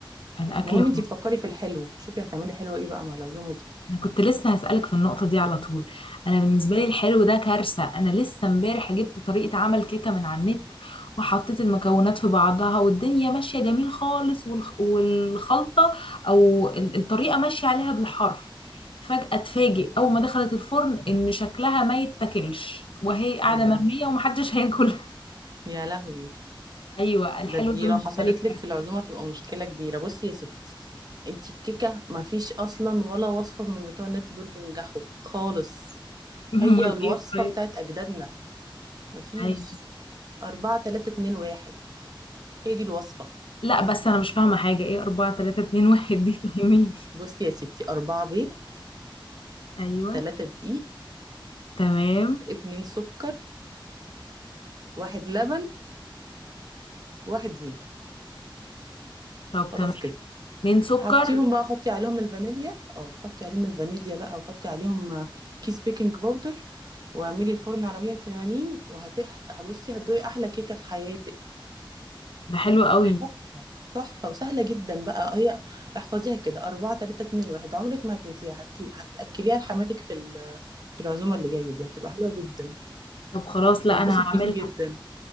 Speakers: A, on the left; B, on the right.
A: الاكل
B: المهم انتي تفكري في الحلو شوفي هتعملي حلو ايه بقى مع العزومه دي
A: انا كنت لسه هسألك في النقطة دي على طول انا بالنسبة لي الحلو ده كارثة انا لسه امبارح جبت طريقة عمل كيكة من على النت وحطيت المكونات في بعضها والدنيا ماشية جميل خالص والخ- والخلطة او ال- الطريقة ماشية عليها بالحرف فجأة اتفاجئ اول ما دخلت الفرن ان شكلها ما يتاكلش وهي قاعدة
B: يا
A: مرمية
B: لهوي
A: ومحدش <laughs> هياكلها
B: يا لهوي
A: ايوه الحلو
B: ده دي
A: ده بالنسبة
B: لو حصلت
A: لي كارثة
B: لك في العزومه تبقى مشكله كبيره بصي يا ستي انتي الكيكه ما فيش اصلا ولا وصفه من بتوع النت دول بينجحوا خالص
A: <laughs> امال
B: هي الوصفه
A: ايه طيب
B: بتاعت اجدادنا ما فيش
A: عادي.
B: أربعة تلاتة اتنين واحد هي دي الوصفه
A: لا بس انا مش فاهمة حاجة ايه 4 3 2 1 دي فاهميني
B: بصي يا ستي أربعة بيض
A: ايوه
B: تلاتة دقيق
A: تمام
B: اتنين سكر واحد لبن واحد زيت
A: طب
B: خلاص
A: تمام
B: كده
A: اتنين سكر
B: حطيهم بقى حطي عليهم الفانيليا اه حطي عليهم الفانيليا بقى وحطي عليهم آه، كيس بيكنج باودر واعملي الفرن على 180 وهتح هبصي هتدوقي احلى كيكه في حياتك
A: ده حلو قوي
B: تحفه تحفه وسهله جدا بقى هي احفظيها كده 4 3 2 1 عمرك ما هتنسيها هت... هتاكليها لحماتك في ال... في العزومه اللي جايه دي هتبقى حلوه جدا
A: طب خلاص
B: هتتبسط
A: لا انا هعملها
B: بيكي جدا